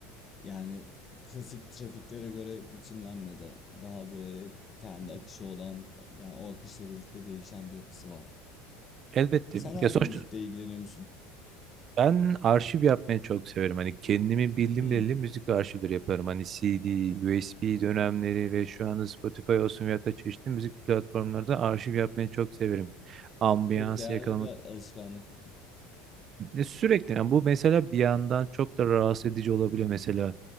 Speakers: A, on the left; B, on the right.
A: Yani klasik trafiklere göre biçimlenmedi. Daha böyle kendi
B: Hı hı.
A: akışı olan yani o akışla birlikte değişen bir yapısı var.
B: Elbette.
A: Sen abi
B: Ya sonuçta
A: müzikle ilgileniyor musun?
B: ben arşiv yapmayı çok severim. Hani kendimi bildim
A: Hmm,
B: bileli müzik arşivleri yaparım. Hani CD, USB dönemleri ve şu anda Spotify olsun veyahut da çeşitli müzik platformlarda arşiv yapmayı çok severim ambiyansı
A: çok değerli
B: yakalamak
A: bir alışkanlık.
B: E, Sürekli yani bu mesela bir yandan
A: <laughs>
B: çok da rahatsız edici olabiliyor mesela.